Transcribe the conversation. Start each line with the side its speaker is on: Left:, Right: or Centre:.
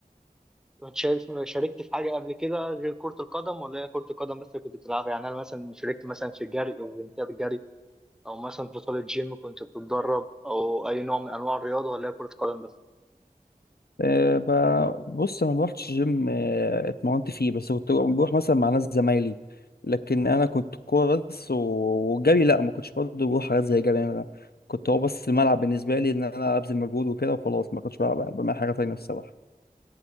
Centre: كنت شايف شاركت في حاجة قبل كده غير كرة القدم ولا هي كرة القدم بس اللي كنت بتلعبها يعني أنا مثلا شاركت مثلا في الجري أو الاولمبياد الجري أو مثلا في بطولة جيم كنت بتتدرب أو أي نوع من أنواع الرياضة ولا هي كرة قدم بس
Left: أه ب- بص انا ما روحتش جيم أه، اتمرنت فيه بس كنت بروح مثلا مع ناس زمايلي لكن انا كنت كوره بس و- والجري لا ما كنتش برضه بروح حاجات زي جري انا كنت هو بس الملعب بالنسبه لي ان انا ابذل مجهود وكده وخلاص ما كنتش بقى- بعمل حاجه تانية الصراحه